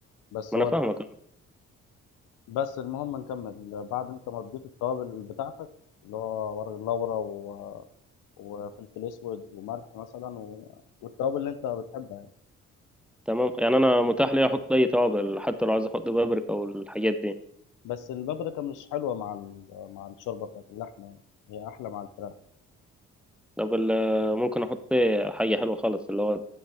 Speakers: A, on the left; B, in the centre.
A: بس
B: ما
A: هو
B: انا فاهمك
A: بس المهم نكمل بعد انت ما تضيف التوابل بتاعتك اللي هو ورق اللورا و... وفلفل اسود وملح مثلا و... والتوابل اللي انت بتحبها يعني.
B: تمام يعني انا متاح لي احط اي توابل حتى لو عايز احط بابريكا والحاجات دي
A: بس البابريكا مش حلوه مع ال... مع الشوربه بتاعت اللحمه يعني. هي احلى مع الفراخ
B: طب ال- ممكن احط إيه؟ حاجه حلوه خالص اللي هو